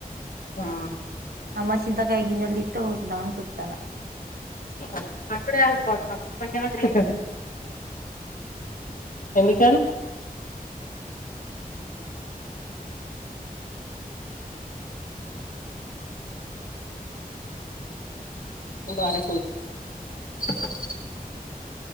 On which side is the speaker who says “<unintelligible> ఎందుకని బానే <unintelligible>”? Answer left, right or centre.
Left